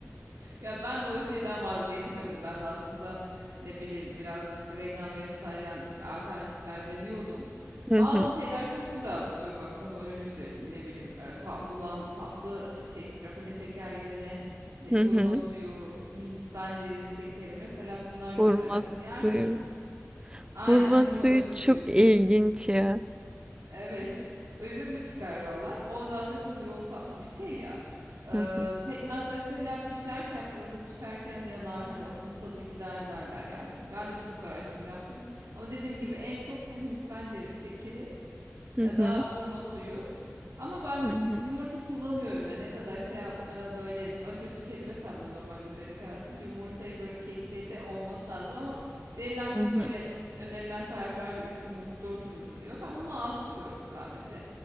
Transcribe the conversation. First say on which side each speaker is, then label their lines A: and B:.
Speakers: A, on the right; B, on the right.
A: Ya ben de o şeyden vazgeçemedim. Ben de aslında ne bileyim biraz da işte vegan, vejetaryen işte alternatifler deniyordum.
B: Hı
A: Bazı
B: hı.
A: şeyler çok güzel tutuyor bak sana öyle söyleyeyim. Ne bileyim e, tatlı lan tatlı şey, rafine şeker yerine ne,
B: Hı
A: hurma
B: hı.
A: suyu, Hindistan cevizi şekeri mesela bunlar güzel
B: Hurma
A: ama
B: suyu
A: diğer türlü aynen
B: hurma
A: hurma
B: suyu
A: özü suyu
B: çok
A: gibi
B: ilginç ya.
A: Evet. Özünü de çıkarıyorlar. O zaten çok yoğun tatlı bir şey ya. Ee,
B: Hı hı.
A: pekmez mesela pişerken fırında pişerken yanar hani onun tadı gider derler yani. Ben de birçok araştırma yaptım. Ama dediğim gibi en çok Hindistan cevizi şekeri
B: Hı
A: ya da
B: hı.
A: hurma suyu ama ben
B: Hı hı.
A: yumurta kullanıyorum ya ne kadar şey yap e, böyle aşırı tüketmesem de normal gündelik hayatımda yumurtayı böyle kek şeyde olması lazım ama verilen
B: Hı hı.
A: böyle önerilen tariflerde 3 yumurta 4 yumurta diyor. Ben onu az tutuyorum sadece.